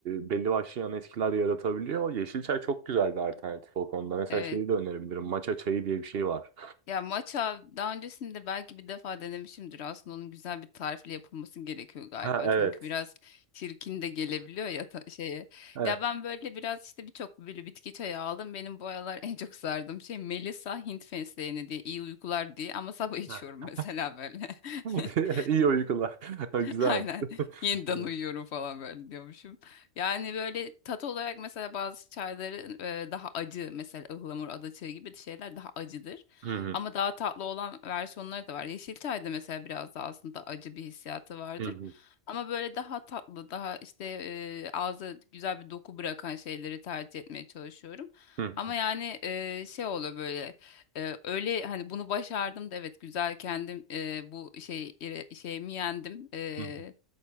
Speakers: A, on the right; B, on the left.
A: e, belli başlı yan etkiler yaratabiliyor. Yeşil çay çok güzel bir alternatif o konuda. Mesela
B: Evet.
A: şeyi de önerebilirim. Matcha çayı diye bir şey var.
B: Ya matcha daha öncesinde belki bir defa denemişimdir. Aslında onun güzel bir tarifle yapılması gerekiyor galiba.
A: Ha evet.
B: Çünkü biraz çirkin de gelebiliyor ya ta- şeye.
A: Evet.
B: Ya ben böyle biraz işte birçok böyle bitki çayı aldım. Benim bu aralar <laughs> en çok sardığım şey Melisa Hint fesleğeni diye iyi uykular diye ama sabah içiyorum
A: Ha.
B: mesela böyle.
A: <laughs>
B: <laughs>
A: İyi uykular. <laughs> Güzel.
B: <laughs> Aynen.
A: <laughs>
B: Yeniden uyuyorum falan böyle diyormuşum. Yani böyle tat olarak mesela bazı çayların e, daha acı mesela ıhlamur, adaçayı gibi şeyler daha acıdır.
A: Hı hı,
B: Ama daha tatlı olan versiyonları da var. Yeşil çayda mesela biraz daha aslında acı bir hissiyatı vardır.
A: hı hı,
B: Ama böyle daha tatlı, daha işte e, ağza güzel bir doku bırakan şeyleri tercih etmeye çalışıyorum.
A: hı
B: Ama
A: hı,
B: yani e, şey oluyor böyle. Ee, öyle hani bunu başardım da evet güzel kendim e, bu şey ire- şeyimi yendim. Ee,
A: hı hı,